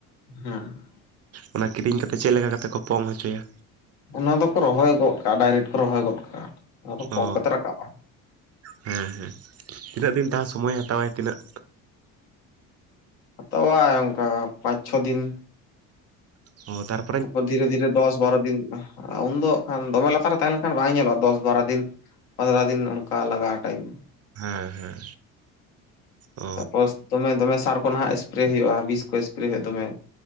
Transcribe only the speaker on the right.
ᱚᱱᱟ ᱠᱤᱨᱤᱧ ᱠᱟᱛᱮ ᱪᱮᱜ ᱞᱮᱠᱟ ᱠᱟᱛᱮᱜ ᱠᱚ ᱯᱚᱝ ᱦᱚᱪᱚᱭᱟ?
ᱚ
ᱦᱮᱸ-ᱦᱮᱸ, ᱛᱤᱱᱟᱹᱜ ᱫᱤᱱ ᱛᱟ ᱥᱚᱢᱚᱭᱮ ᱦᱟᱛᱟᱣᱟᱭ? ᱛᱤᱱᱟᱹᱜ?
ᱚ ᱛᱟᱨ
ᱦᱮᱸ, ᱦᱮᱸ! ᱚ